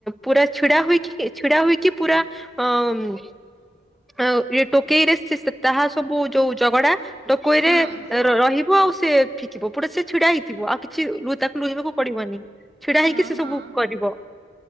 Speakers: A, in the centre; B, on the right.
A: ପୁରା ଛିଡା ହୋଇକି ଛିଡା ହୋଇକି ପୁରା ଅ ଆଉ ଇ ଟୋକେଇରେ ତାହା ସବୁ ଯୋଉ ଝଗଡା ଟୋକୋଇରେ
B: ହଁ
A: ରହିବ ଆଉ ସେ ଫିକିବ ପୁରା ସେ ଛିଡା ହେଇଥିବ ଆଉ କି <unintelligible> ତାକୁ ଲୁହିବାକୁ ପଡିବନି ଛିଡା ହେଇକି
B: ହଁ
A: ସେ
B: ହଁ
A: ସବୁ କରିବ।